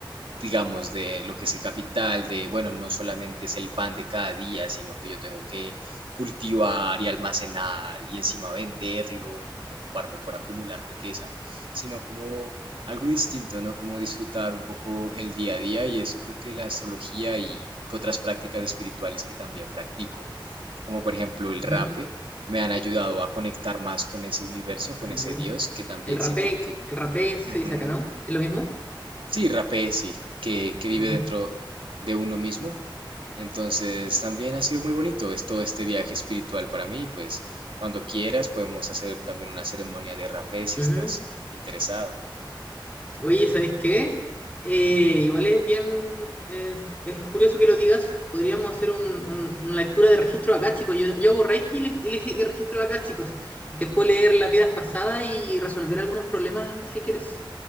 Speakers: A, on the right; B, on the left.
A: digamos, de lo que es el capital, de, bueno, no solamente es el pan de cada día, sino que yo tengo que cultivar y almacenar y encima venderlo y preocuparme por acumular riqueza, sino como algo distinto, ¿no? Como disfrutar un poco el día a día y eso creo que la astrología y otras prácticas espirituales que también practico, como por ejemplo el rape,
B: Ujú, ujú.
A: me han ayudado a conectar más con ese universo, con
B: Ujú.
A: ese Dios, que también
B: El rapé,
A: siento que...
B: el rapé se
A: Ujú,
B: dice acá, ¿no? ¿Es lo mismo?
A: Sí, rapé, sí, que, que vive
B: Ujú,
A: dentro de uno mismo. Entonces, también ha sido muy bonito es todo este viaje espiritual para mí. Pues, cuando quieras, podemos hacer también una ceremonia de rapé si
B: ujú.
A: estás interesado.
B: Oye, ¿sabes qué? Eh, igual es bien, eh, es curioso que lo digas. Podríamos hacer un- un- una lectura de registro acá, chicos. Yo, yo hago Reiki y, le- y le- y registro acá, chicos. Te puedo leer las vidas pasadas y resolver algunos problemas si quieres.